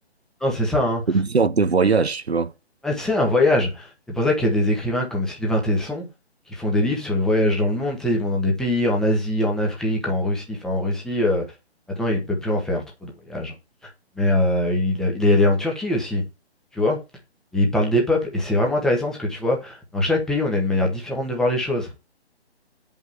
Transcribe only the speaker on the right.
C'est une sorte de voyage, tu vois.